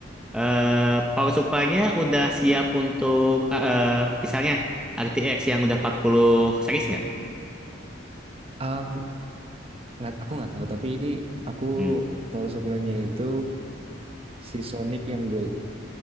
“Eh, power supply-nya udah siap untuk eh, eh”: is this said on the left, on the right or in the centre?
Centre